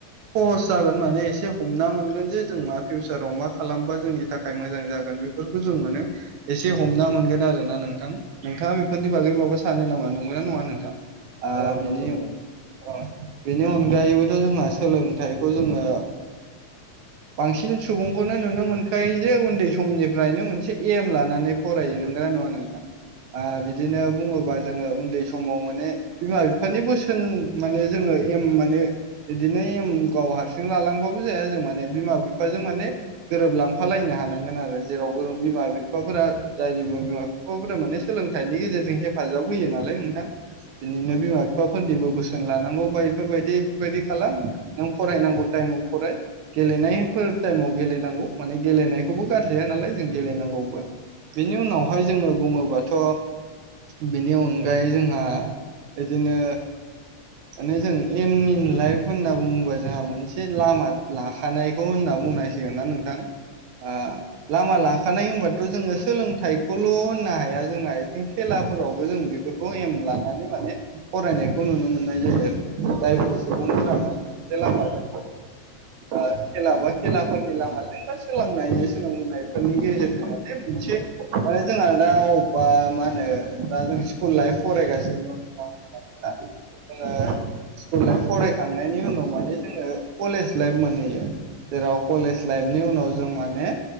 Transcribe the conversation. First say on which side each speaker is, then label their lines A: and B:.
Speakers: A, on the right; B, on the right.
A: सहस जागोन माने एसे हमना मोनगोन जे जों मा फिउचाराव मा खालामबा जोंनि थाखाय मोजां जागोन बेफोरखौ जों मोनो एसे हमना मोनगोन आरोोना नोंथां नोंथाङा बेफोरनि बागै माबा सानो नामा नंगौना नङा नोंथां आ
B: औ
A: बिनि
B: नंगौ नंगौ
A: अ बेनि अनगायैबोथ जोंहा सोलोंथाइखौ जोङो बांसिन सुबुंखौनो नुनो मोनखायो जे उन्दै समनिफ्रायनो मोनसे एम लानानै फरायो नोंगोना नङा नोंथां
B: औ
A: बिदिनो बुङोबा जोङो उन्दै समाव माने बिमा बिफानि बोसोन माने जोङो एम माने बिदिनो एम गाव हारसिं लालांबाबो जाया जों माने बिमा बिफाजों माने गोरोबलांफालायना हानांगोन आरो जेरावबो बिमा बिफाफोरा जायनिबो बिमा बि माने सोलोंथाइनि गेजेरजों हेफाजाब होयो नालाय नोंथां बिदिनो बिमा बिफाफोरनिबो बोसोन लानांगौ बा इफोरबायदि बेफोरबायदि खालाम नों फरायनांगौ टाइमाव फराय गेलेनायफोर टाइमाव गेलेनांगौ माने गेलेनायखौबो गारजायानालाय जों गेलेनांगौ <unintelligible> बेनि उनावहाय जोङो बुङोबाथ' बिनि अनगायै जोंहा इदिनो माने जों एम इन लाइफ होनना बुंबा जोंहा मोनसे लामा लाखानायखौ होनना बुंनायसिगोनना नोंथां ओ लामा लाखानाय होनबाथ' जोङो सोलोंथाइखौल' होन नो हाया जोंआ इथिं खेलाफोरावबो जों बिफोरखौ एम लानानै माने फरायनायखौ नुनो मोननाय इदि जायोआरो जायफोर सुबुंफोरा <unintelligible> लामा <unintelligible> आ खेला बा खेलाफोरनि लामाजों बा सोलोंनाय सोलोंनायफोरनि गेजेरजों माने मोनसे माने जोंआ दा अबबा मा ओनो दा जों स्कुल लाइफ फरायगासिनो दं दा <unintelligible> जोङो
B: औ
A: स्कुल लाइफ फराय थांनायनि उनाव माने जोङो कलेज लाइफ मोनैयो जेराव कलेज लाइफनि उनाव ज ने